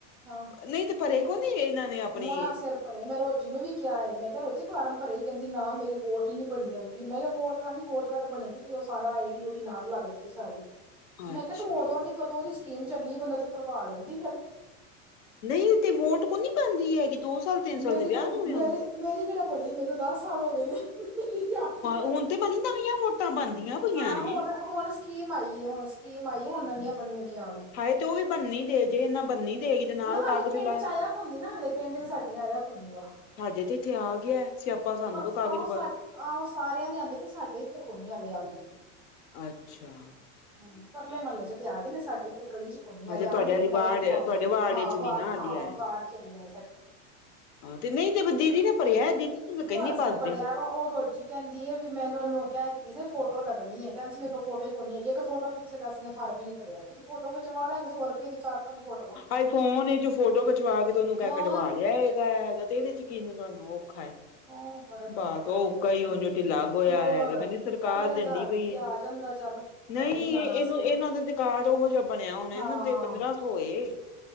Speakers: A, in the centre; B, on the left.
A: ਹਾਂ,
B: ਨਹੀਂ ਤੇ ਪਰੇ ਕੋ ਨੀ ਇਹਨਾਂ ਨੇ ਆਪਣੀ
A: ਮੋਆ ਸਿਰ ਪਰੇ ਮੈਂ ਰੋਜ਼ੀ ਨੂੰ ਵੀ ਕਿਆ ਏ ਮੈਂ ਕਿਹਾ ਰੋਜੀ ਫਾਰਮ ਭਰੇ ਈ ਕਹਿੰਦੀ ਨਾ ਮੇਰੀ ਵੋਟ ਈ ਨੀ ਬਣੀ ਕਹਿੰਦੀ ਮੈਂ ਕਿਹਾ ਵੋਟ ਦਾ ਨੀ ਵੋਟ ਬਣੇਗੇ ਤੇ ਉਹ ਸਾਰਾ ਆਈ ਡੀ ਓਈ ਡੀ ਨਾਲ ਲੱਗਦੀ ਏ ਸਾਰੀ। ਮੈਂ
B: ਅੱਛਾ
A: ਕਿਹਾ ਤੂੰ ਉਦੋਂ ਦੀ ਕਦੋਂ ਦੀ ਸਕੀਮ ਚੱਲੀ ਬੰਦਾ ਤੂੰ ਭਰਵਾ ਲੈਂਦੀ ਫੇਰ।
B: ਨਈ ਤੇ ਵੋਟ ਕੋਣੀ ਪਾਂਦੀ ਹੈਗੀ ਦੋ ਸਾਲ ਤਿੰਨ ਸਾਲ
A: ਮੇਰੀ
B: ਦੇ ਵਿਆਹ
A: ਕਿਹੜਾ
B: ਨੂੰ ਓਏ ਹੁਣ।
A: ਮੇਰੀ ਮੇਰੀ ਕਿਹੜਾ ਬਣੀ ਏ ਮੈਨੂੰ ਦਸ ਸਾਲ ਹੋ ਗਏ ਨੇ। ਮੇਰੀ ਤੇ ਆਪ ਨੀ
B: ਹੁਣ ਤੇ ਬਣੀ ਨਵੀਆਂ ਵੋਟਾਂ ਬਣਦੀਆਂ ਪਈਆਂ
A: ਹਾਂ
B: ਨੇ।
A: ਹੁਣ ਹੁਣ ਸਕੀਮ ਆਈਏ, ਹੁਣ ਸਕੀਮ ਆਈਏ, ਹੁਣ ਨਵੀਆਂ ਬਣਨਗੀਆਂ ਹੁਣ।
B: ਹਾਏ, ਤੇ ਉਹ ਵੀ ਬੰਨੀ ਦੇ ਜੇ ਇਨਾ ਬੰਨੀ ਦੇਗੀ। ਤੇ ਨਾਲ
A: ਨਾ
B: ਕਾਗਜ਼
A: ਹਾਲੇ ਪਿੰਡ
B: ਲਾ
A: 'ਚ ਆਇਆ ਕੋ ਨੀ ਨਾ ਹਾਲੇ ਪਿੰਡ 'ਚ ਸਾਡੇ ਆਇਆ ਕੋ ਨੀ ਗਾ।
B: ਸਾਡੇ ਤੇ ਇੱਥੇ ਆ ਗਿਆ ਸਿਆਪਾ ਸਾਨੂੰ
A: ਬਸ
B: ਦੋ ਕਾਗਜ਼
A: ਆਹੋ ਸਾ
B: ਪਾ
A: ਆਹੋ ਸਾਰਿਆਂ ਦੇ ਆਂਦੇ ਨੇ ਸਾਡੇ ਏਧਰ ਕੋ ਨੀ ਹਲੇ ਆਂਦੇ।
B: ਅੱਛਾ।
A: ਹੂੰ, ਪਰਲੇ ਮਹੱਲੇ 'ਚ ਤੇ ਆ ਗਏ ਨੇ ਨਾ ਸਾਡੇ ਇੱਧਰ ਗਲੀ 'ਚ ਕੋ ਨੀ
B: ਹਜੇ
A: ਆਏ
B: ਤੁਹਾਡੇ
A: ਆਣਗੇ
B: ਵਾਲੀ
A: ਤੇ ਮੈਂ
B: ਵਾਰਡ
A: ਤੇ ਬਣਵਾਲਾ
B: ਤੁਹਾਡੇ ਵਾਰਡ
A: ਹਾਂ
B: ਵਿੱਚ ਨੀ
A: ਵਾੜ,
B: ਨਾ ਹਾਲੀ
A: ਹਾਂ
B: ਆਇਆ
A: ਵਾੜ, ਚ ਨੀ ਆਏ ਸਾਡ
B: ਹਾਂ ਤੇ, ਨਹੀਂ ਤੇ ਦੀਦੀ ਨੇ, ਭਰਿਆ ਐ। ਦੀਦੀ ਤੂੰ ਤੇ
A: ਮੁਹਾਸਿਰ
B: ਕਹਿੰਦੀ ਭਰਦੇ
A: ਪੜਿਆ ਵਾ, ਉਹ ਰੋਜੀ ਕਹਿੰਦੀ ਏ ਵੀ। ਮੈਨੂੰ ਉਹਨੂੰ, ਕ ਕਿਹਾ ਕੇ, ਗਈ ਸੀ ਫੋਟੋ ਲੱਗਣੀ ਏ। ਕਹਿਣ ਸੀ। ਮੇਰੇ ਕੋਲ ਫੋਟੋ ਹੀ, ਕੋਈ ਨੀ ਹੈਗੀ। ਇੱਕ ਫੋਟੋ ਪਿੱਛੇ, ਦੱਸ ਸਨੇ ਫਾਰਮ ਹੀ, ਨੀ ਭਰਿਆ। ਵੇ ਤੁ ਫੋਟੋ ਖਿਚਵਾ ਲੇ, ਇੱਕ ਸੌ ਰੁਪਏ ਦੀ ਚਾਰ, ਪੰਜ ਫੋਟੋ
B: ਆਈ ਫੋਨ ਇਚੋ ਫੋਟੋ ਖਿਚਵਾ ਕੇ, ਤੁ ਉਹਨੂੰ ਕਹਿ
A: ਹੋਰ
B: ਕਢਵਾ ਲਿਆ ਹੈਗਾ। ਤੇ ਇਹਦੇ ਚ ਕੀ ਨੇ, ਤੁਹਾਨੂੰ ਖਾ
A: ਉਹ ਬੜੇ ਤੁਹਾਨੂੰ
B: ਬਸ
A: ਪਤਾ
B: ਉਹ,
A: ਤੇ
B: ਉੱਕਾ
A: ਹੈ
B: ਹੀ,
A: ਕਿਵੇਂ
B: ਉਂਜ ਟਿੱਲਾ
A: ਦੀ ਹੈ
B: ਗੋਯਾ
A: ਹੋਰ
B: ਹੈਗਾ। ਕਹਿੰਦੀ ਸਰਕਾਰ
A: ਚੱਲ ਜਰਾ ਹਜ਼ਾਰ
B: ਦਿੰਦੀ
A: ਰੁਪਈਆ
B: ਪਈ ਐ।
A: ਆ ਜਾਂਦਾ ਚੱਲ
B: ਨਹੀਂ
A: ਕੰਮ ਹੀ ਆਣਾ
B: ਇਹਨੂੰ,
A: ਸੀ
B: ਇਹਨਾਂ ਦੇ ਤੇ ਕਾਰਡ ਉਹੋ ਜਿਹਾ ਬਣਿਆ ਹੋਣਾ
A: ਹਾਂ
B: ਇਹ। ਤੇ, ਪੰਦਰਾਂ ਸੌ ਏ।